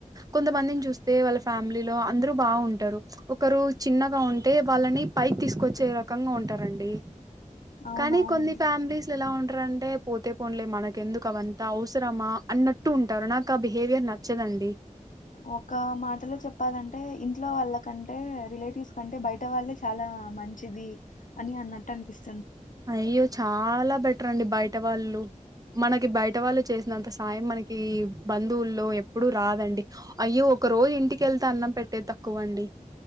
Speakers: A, on the right (about 25°); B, on the left (about 70°).
A: కొంతమందిని చూస్తే వాళ్ళ ఫ్యామిలీలో అందరు బాగుంటారు. ఒకరు చిన్నగా ఉంటే వాళ్ళని పై తీసుకొచ్చే రకంగా ఉంటారండి.
B: అవునవునండి
A: కానీ కొన్ని ఫ్యామిలీస్లో
B: నిజమే
A: ఎలా ఉంటారు అంటే. పోతే పోనలే మనకెందుకు అవంతా అవసరమా అన్నట్టు ఉంటారు నాకు ఆ బిహేవియర్ నచ్చదండి
B: ఒక మాటలో చెప్పాలంటే ఇంట్లో వాళ్ళ కంటే రిలేటివ్స్ కంటే బయట వాళ్ళే చాలా మంచిది. అని అన్నట్టు అనిపిస్తుంది.
A: అయ్యో చాలా బట్ రండి బయట వాళ్ళు మనకి బయట వాళ్ళు చేసినంత సాయం మనకి బంధువుల్లో ఎప్పుడు రాదండి అయ్యో ఒక రోజు ఇంటికెళ్తే అన్నం పెట్టేది తక్కువండి.